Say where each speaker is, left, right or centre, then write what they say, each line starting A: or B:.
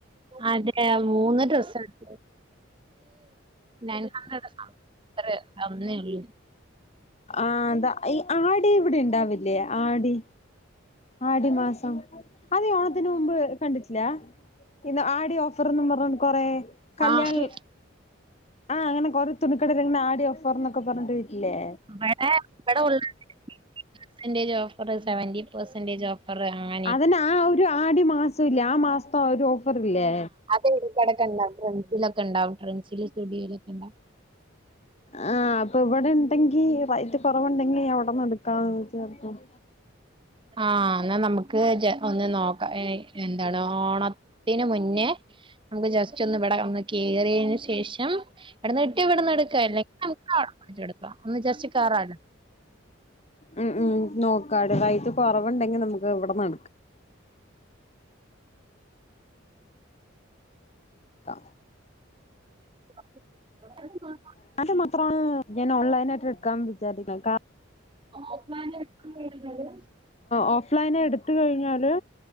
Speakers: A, on the right; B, on the left.
A: അതെ മൂന്ന് ഡ്രസ്സ് എട്ത്തു <unintelligible> ത്തറെ അന്നേ ഒള്ളൂ
B: ആ എന്താ ഈ ആടി ഇവടെ ഇണ്ടാവില്ലേ ആടി ആടി മാസം അത് ഈ ഓണത്തിന് മുമ്പ് കണ്ടിട്ടില്ല ഇന്ന ആടി ഓഫർന്നും പർഞ് കൊറ കല്യാൺൽ
A: ആഹ്
B: ആ അങ്ങനെ കൊർ തുണിക്കടെല് ഇങ്ങനെ ആടി ഓഫർന്നൊക്കെ പർഞ്ട്ട് ഇല്ലെ
A: ഇവടെ ഇവടെ full <unintelligible> percentage offer seventy percentage offer അങ്ങൻ
B: അതന ആ ഒരു ആടി മാസ ഇല്ലേ ആ മാസ്ത്ത ഒരു ഓഫർ ഇല്ലേ
A: <unintelligible> ഇണ്ടാവും ട്രൻസി ലൊക്ക ഇണ്ടാവും ട്രെൻസില് സ്റ്റുഡിയെലൊക്ക ഇണ്ടാവും
B: ആ അപ്പ ഇവടെ ഇണ്ടെങ്കി റൈറ്റ് കോറവുണ്ടെങ്കി അവടന്ന് എടുക്കാന്ന് <unintelligible>
A: ആ ന്നാ നമുക്ക് ജെ ഒന്ന് നോക്കാ ഏ എന്താണ് ഓണ ത്തിന് മുന്നേ നമുക്ക് ജസ്റ്റ് ഒന്ന് ഇവടെ ഒന്ന് കേറിയെന് ശേഷം ഇവടന്ന് കി ട്ടി ഇവടന്ന് എടുക്ക അല്ലെങ്കി <unintelligible> എടുക്ക ഒന്ന് ജസ്റ്റ് കേറാലോ
B: ഉം ഉം നോക്കാട റൈറ്റ് കോറവ്ണ്ടെങ്കി നമുക്ക് ഇവടന്നട് ക്ക
A: <unintelligible>
B: <unintelligible> മാത്രാണ് ഞാൻ ഓൺലൈനായിട്ട് എട്ക്കാം വിചാരിക്ക്ണ കാ
A: ഓഫ്‌ ലൈന് ആയിട്ടും വര്നത്
B: ഓഫ്ലൈന് എടുത്ത് കഴിഞ്ഞാല്